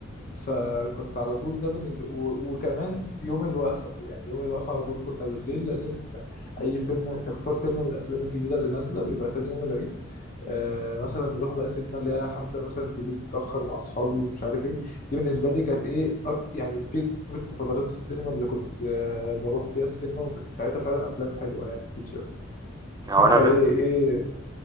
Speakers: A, on the left; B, on the right.
A: فكنت على طول ده بالنسبه و... وكمان يوم الوقفه يعني يوم الوقفه على طول كنا بالليل لازم اي فيلم اختار فيلم من الافلام الجديده اللي نازله بيبقى تاني يوم العيد آه، مثلا نروح بقى سينما اللي هي حفله مثلا بالليل متاخر مع اصحابي ومش عارف ايه دي بالنسبه لي كانت ايه أك... يعني بيك فترات السينما اللي كنت آه، بروح فيها السينما وكانت ساعتها فعلا افلام حلوه يعني بتتشاف
B: او
A: انت
B: انا
A: ايه
B: ب...
A: ايه